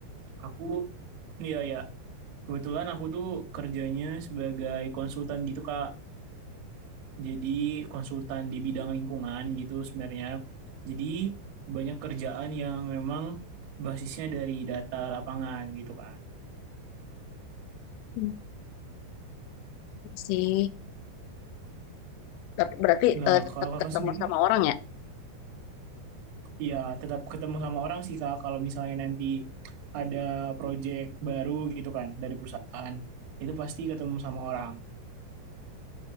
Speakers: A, on the right; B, on the left.
A: aku, iya ya, kebetulan aku tuh kerjanya sebagai konsultan gitu Kak. jadi konsultan di bidang lingkungan gitu sebenarnya. Jadi banyak kerjaan yang memang basisnya dari data lapangan gitu kan.
B: Hmm, iya sih. Tapi berarti
A: Nah,
B: eh, tetap
A: kalau kakak
B: ketemu
A: sendiri,
B: sama orang ya?
A: ya tetap ketemu sama orang sih kak. Kalau misalnya nanti ada proyek baru gitu kan dari perusahaan, itu pasti ketemu sama orang.